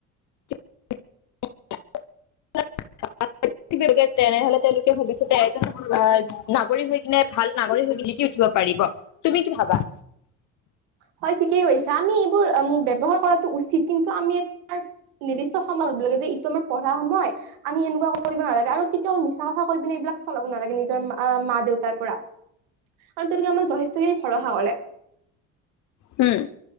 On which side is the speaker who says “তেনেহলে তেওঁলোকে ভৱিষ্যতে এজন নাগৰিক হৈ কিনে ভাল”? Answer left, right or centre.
Left